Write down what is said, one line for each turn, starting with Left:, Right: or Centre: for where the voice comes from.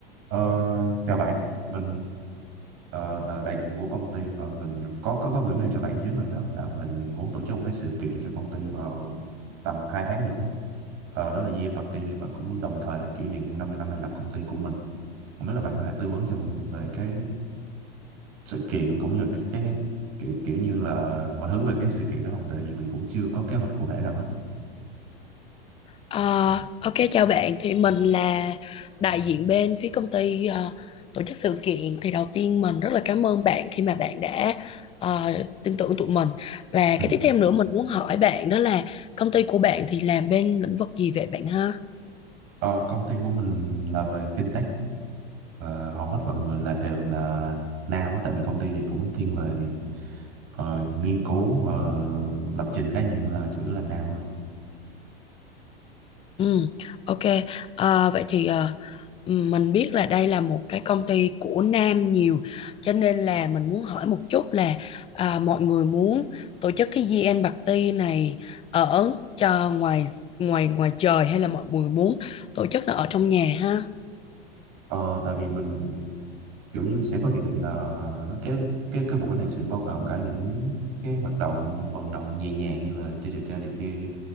Right: Ờ, chào bạn, mình ờ, là đại diện của công ty và mình có có có gửi mail cho bạn trước rồi đó là mình muốn tổ chức một cái sự kiện cho công ty vào tầm 2 tháng nữa. Ờ, đó là Year End Party và cũng đồng thời là kỷ niệm 50 năm thành lập công ty của mình. Không biết là bạn có thể tư vấn cho mình về cái sự kiện cũng như cái, cái kiểu kiểu như là mọi thứ về cái sự kiện đó không? Tại vì mình cũng chưa có kế hoạch cụ thể nào hết.
Left: Ờ, ok chào bạn thì mình là đại diện bên phía công ty ờ, tổ chức sự kiện thì đầu tiên mình rất là cảm ơn bạn khi mà bạn đã ờ, tin tưởng tụi mình và
Right: Ừ.
Left: cái tiếp theo nữa mình muốn hỏi bạn đó là công ty của bạn thì làm bên lĩnh vực gì vậy bạn ha
Right: Ờ, công ty của mình là về fintech và hầu hết mọi người là đều là nam á, tại vì công ty này cũng thiên về ờ, nghiên cứu và lập trình khá nhiều nên là chủ yếu là nam rồi.
Left: Ừ, ok. À, vậy thì à, mình biết là đây là một cái công ty của nam nhiều, cho nên là mình muốn hỏi một chút là à, mọi người muốn tổ chức cái GN Party này ở cho ngoài ngoài ngoài trời hay là mọi người muốn tổ chức nó ở trong nhà ha?
Right: Ờ, tại vì mình kiểu như sẽ có dự định là nó cái cái cái buổi này sẽ bao gồm cả những cái hoạt động vận động nhẹ nhàng như là chơi trò chơi này kia,